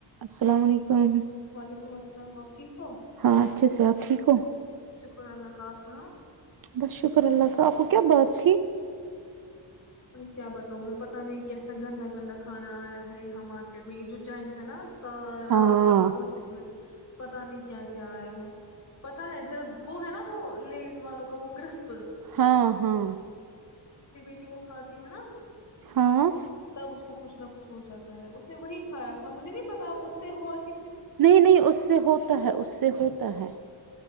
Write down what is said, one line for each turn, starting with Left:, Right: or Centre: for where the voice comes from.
Right: السلام علیکم
Left: وعلیکم السلام آپ ٹھیک ہو
Right: ہاں اچھے سے ٹھیک ہو
Left: شکر اللہ کاابسلام
Right: بس شکر اللہ کا آپ کو کیا بات تھی
Left: اے کیا بتاؤ میں پتہ نہیں کیسا گندا گندا کانا آیا ہے یہاں مارکیٹ میں یہ جو جائیں گے ہے نا سارا
Right: ہاں
Left: سب کچھ اس میں پتا نہیں کیا کیا آیا ہے پتا ہے جو جب وہ ہے نا وہ لیز والوں کا وہ کرسپ
Right: ہاں ہاں
Left: <inaudible> کھاتی ہے نا
Right: ہاں
Left: تب اس کو کچھ نہ کچھ ہو جاتا ہے اس نے وہی کھایا تھا مجھے نہیں پتا ا اس سے ہوا کہ
Right: نہیں نہیں اس سے ہوتا ہے اس سے ہوتا ہے